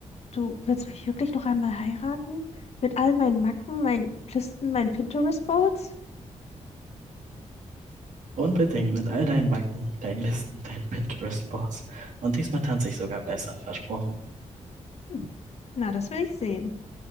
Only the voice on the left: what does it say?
du willst mich wirklich noch einmal heiraten? Mit all meinen Macken, meinen Listen, meinen Pinterest-Boards?
Hm, Na, das will ich sehen.